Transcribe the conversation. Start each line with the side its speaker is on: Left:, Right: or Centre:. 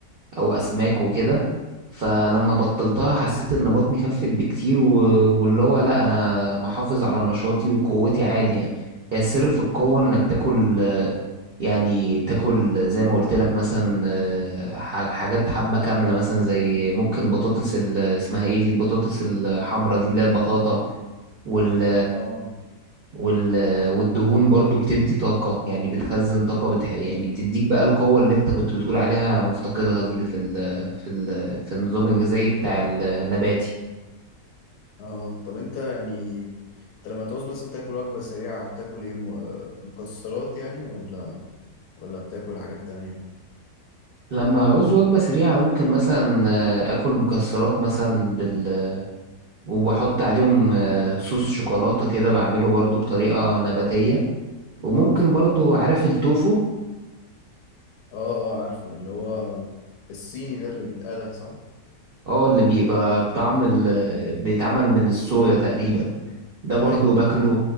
Right: او اسماك وكده فلما بطلتها حسيت ان بطني خفت بكتير و... واللي هو لا انا محافظ على نشاطي وقوتي عادي يعني هي السر في القوة انك تاكل آه، يعني تاكل زي ما قلت لك مثلا آه، ح- حاجات حبة كاملة مثلا زي ممكن البطاطس ال- اسمها ايه دي البطاطس الحمرا دي اللي هي البطاطا وال
Left: اه
Right: وال... والدهون برضو بتدي طاقة يعني بتخزن طاقة بتح... يعني بتديك بقى القوة اللي انت كنت بتقول عليها مفتقدها دي في ال... في ال... في النظام الغذائي بتاع النباتي
Left: اه طب انت يعني انت لما تعوز مثلا تاكل وجبه سريعه بتاكل ايه م- مكسرات يعني ولا ولا بتاكل حاجات تانية
Right: لما أعوز وجبة سريعة ممكن مثلا آه، آكل مكسرات مثلا بال... وبحط عليهم آه، صوص شوكولاتة كده بعمله برضو بطريقة نباتية وممكن برضو عارف التوفو
Left: اه اه عارفه اللي هو الصيني ده اللي بيتقلى صح
Right: اه اللي بيبقى بطعم ال... بيتعمل من الصويا تقريبا ده برضو
Left: ايوه
Right: باكله